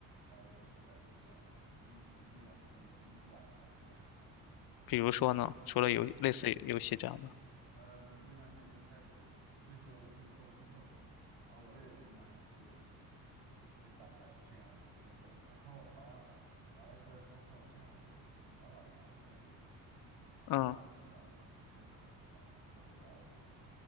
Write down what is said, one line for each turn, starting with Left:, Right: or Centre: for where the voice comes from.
Right: 他就回家睡个觉吧。那疫情这段时间给我逼出爱好室内爱好来了。
Left: 比如说呢，除了游类似游戏这样的，
Right: 呃，比如那段时间就开始，那时候我记得动森特别的火，然后我也就买了个 Switch，就去跟大家去线上搜搜索了。然后我发玩了一段动森，我发现我就不喜欢玩这个建筑类的游戏，
Left: 嗯，
Right: 就慢慢漂亮的游戏，我觉得可他妈可无聊，我就